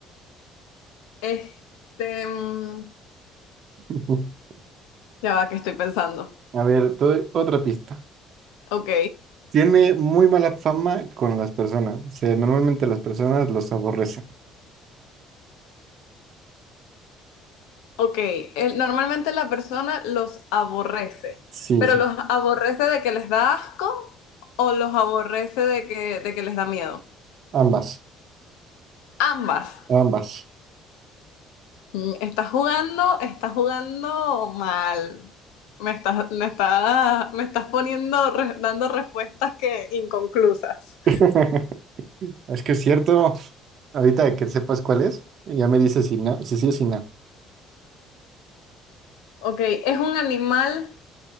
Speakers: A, on the left (about 85°); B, on the right (about 55°).
A: este, mm,
B: <laughs>
A: ya va, que estoy pensando.
B: A ver, te doy otra pista.
A: Ok,
B: Tiene muy mala fama con las personas. O sea, normalmente las personas los aborrecen.
A: ok. El- normalmente la persona los aborrece,
B: Sí,
A: pero
B: sí.
A: los aborrece de que les da asco o los aborrece de que, de que les da miedo.
B: Ambas,
A: Ambas.
B: ambas.
A: Mm, Estás jugando, estás jugando mal. Me estás, me estás, me estás poniendo, re- dando respuestas que inconclusas.
B: <laughs> Es que es cierto. Ahorita que sepas cuál es, ya me dices si no, si sí o si no.
A: Ok, es un animal